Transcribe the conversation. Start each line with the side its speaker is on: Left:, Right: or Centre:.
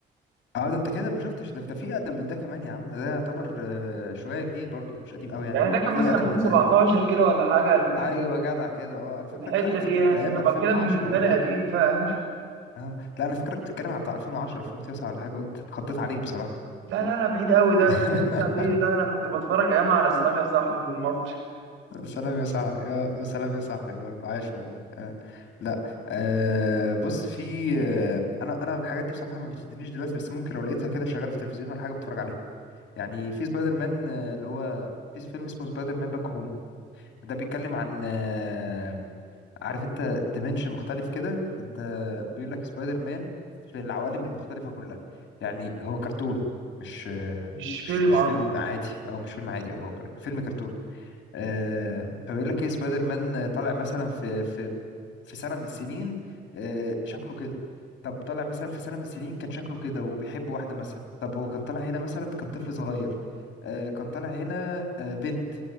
Left: اه ده انت كده ما شفتش ده ده في اقدم من ده كمان يا عم ده يعتبر آه، شويه جديد برضه مش قديم قوي يعني
Right: يعني ده كان
Left: في
Right: مثلا
Left: اقدم
Right: 2017
Left: من ده
Right: كده ولا حاجه 2000
Left: ايوه
Right: و-
Left: جدع كده اه انا
Right: والحته
Left: فاكرك لا انا
Right: دي
Left: فاكرك
Right: يعني
Left: من ايام
Right: فاهم
Left: 2010
Right: كده بالنسبه
Left: ولا
Right: لي
Left: حاجه
Right: قديم فاهم
Left: اه لا انا فاكرك بتتكلم على بتاع 2010 2009 ولا حاجه قلت اتخضيت عليك بصراحه
Right: لا لا لا بعيد قوي ده
Left: <laughs>
Right: 2009 دي لا انا كنت بتفرج ايام على سلام يا صاحبي في المصري
Left: سلام يا صاحبي يا سلام يا صاحبي برضه عايش والله آه. لا آه بص في آه انا انا الحاجات دي بصراحه ما بتشدنيش دلوقتي بس ممكن لو لقيتها كده شغاله في التلفزيون ولا حاجه بتفرج عليها يعني في سبايدر مان آه، اللي هو في فيلم اسمه سبايدر مان باك هوم ده بيتكلم عن آه، عارف انت ديمنشن مختلف كده انت بيقول لك سبايدر مان في العوالم المختلفة كلها يعني هو كرتون مش
Right: مش فيلم
Left: مش مش
Right: اصلا
Left: فيلم عادي او مش فيلم عادي أو هو كر- فيلم كرتون آه، فبيقول لك ايه سبايدر مان طالع مثلا في في في سنة من السنين آه، شكله كده طب طالع مثلا في سنة من السنين كان شكله كده وبيحب واحدة مثلا طب هو كان طالع هنا مثلا كان طفل صغير آه، كان طالع هنا آه، بنت